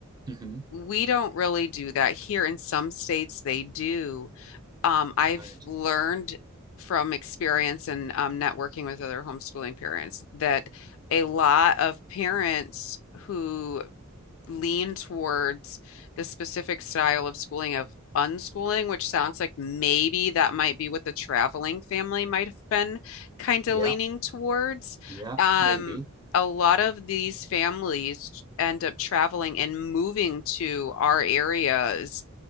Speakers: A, on the right (about 20°); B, on the left (about 65°).
A: hmm
B: we don't really do that here in some states they do um, i've
A: Right.
B: learned from experience and um, networking with other homeschooling parents that a lot of parents who lean towards the specific style of schooling of unschooling, which sounds like maybe that might be what the traveling family might have been kind of
A: Yeah.
B: leaning towards.
A: Yeah.
B: Um,
A: Maybe.
B: a lot of these families end up traveling and moving to our areas